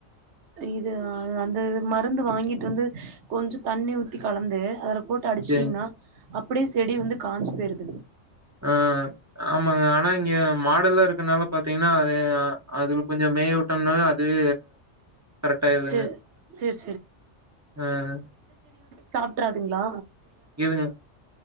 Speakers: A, on the right (about 70°); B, on the right (about 15°).
A: இது ஆ அது அந்த மருந்து வாங்கிட்டு வந்து கொஞ்ச தண்ணி ஊத்தி கலந்து அதுல போட்டு அடிச்டீங்க்னா
B: சேரிங்க.
A: அப்டியே செடி வந்து காஞ்சு பேய்ருது
B: ஆஹ் ஆமாங்க ஆனா இங்க மாடெல்லா இருக்கனால பாத்தீங்கன்னா அது அது கொஞ்ச மேய விட்டம்னா அதுவே கரெக்டாயிர்துங்க
A: சேரி சேரி
B: ஆஹ்
A: சாப்ட்றாதுங்ளா
B: எதுங்க